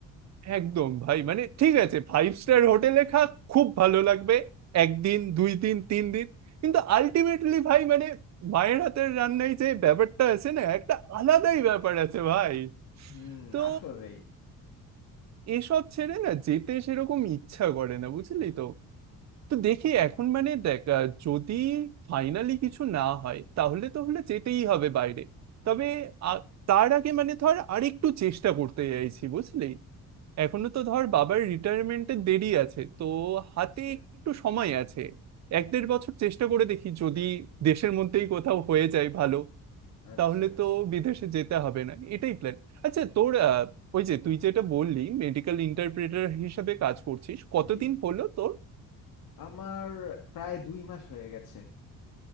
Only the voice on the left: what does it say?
হুম
আসলেই
হুম
আচ্ছা
আচ্ছা
আচ্ছা
জি
আমার প্রায় দুই মাস হয়ে গেছে